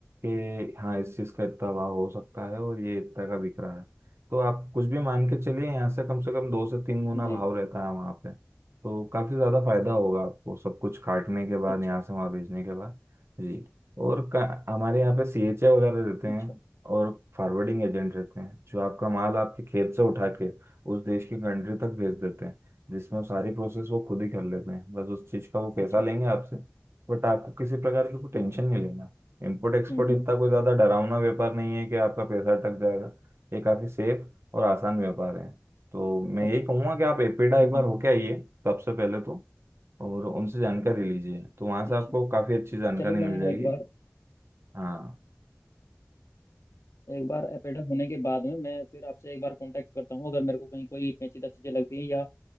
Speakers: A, on the right (about 60°); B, on the left (about 70°).
A: कि हाँ इस चीज़ का इतना भाव हो सकता है और ये इतना का बिक रहा है तो आप कुछ भी मान के चलिए यहाँ से कम से कम दो से तीन गुना
B: जी
A: भाव रहता है वहाँ पे तो काफ़ी ज़्यादा फायदा होगा आपको सब कुछ काटने के बाद
B: अच्छा
A: यहाँ से वहाँ भेजने के बाद जी और का, हमारे यहाँ पे सीएचए वगैरह रहते हैं
B: अच्छा
A: और फॉरवर्डिंग एजेंट रहते हैं जो आपका माल आपके खेत से उठा के उस देश की कंट्री तक भेज देते हैं जिसमें सारी प्रोसेस वो खुद ही कर लेते हैं बस उस चीज़ का वो
B: अच्छा
A: पैसा लेंगे
B: अच्छा
A: आपसे बट आपको किसी प्रकार की कोई
B: हम्म
A: टेंशन नहीं लेना इम्पोर्ट एक्सपोर्ट
B: हम्म
A: इतना कोई ज़्यादा डरावना व्यापार नहीं है कि आपका पैसा अटक जाएगा ये काफ़ी सेफ और आसान व्यापार है तो मैं
B: अच्छा
A: यही कहूँगा कि आप एपेडा
B: हम्म।
A: एक बार होके आइए सबसे पहले तो और उनसे जानकारी लीजिए तो वहाँ से
B: अच्छा
A: आपको काफ़ी अच्छी जानकारी
B: चलो मैं
A: मिल जाएगी
B: एक बार
A: हाँ
B: एक बार एपेडा होने के बाद में मैं फिर आपसे एक बार कांटेक्ट करता हूँ अगर मेरे को कहीं कोई पेचीदा चीज़ें लगती हैं या अ,